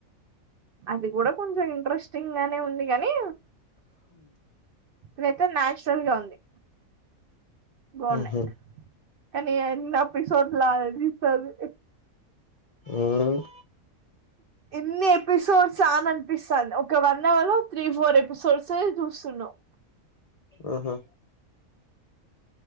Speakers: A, on the right (about 60°); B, on the left (about 65°).
A: అది కూడా కొంచెం ఇంట్రెస్టింగ్ గానే ఉంది గాని ఇదైతే నైస్ గా ఉంది బాగున్నాయి
B: మ్మ్ హ్హ్
A: కానీ ఎన్ని ఎపిసోడ్లా అనిపిత్తది
B: మ్మ్
A: ఏన్ని ఎపిసోడ్స్ ఆ అని అన్పిస్తంది ఒక వన్ అవర్ లో త్రీ, ఫోర్ ఎపిసోడ్స్ చూస్తున్నాం. ఆ
B: ఉహూ.